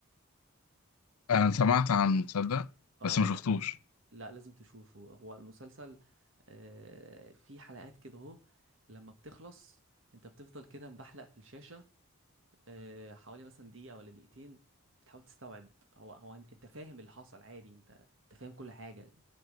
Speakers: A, on the left; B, on the right.
A: أنا سمعت عنه تصدق
B: اه
A: بس ما شفتوش
B: لا لازم تشوفه هو المسلسل آه، في حلقات كده اهو لما بتخلص انت بتفضل كده مبحلق في الشاشة آه، حوالي مثلا دقيقة ولا دقيقتين بتحاول تستوعب هو هو انت أنت فاهم اللي حصل عادي انت انت فاهم كل حاجة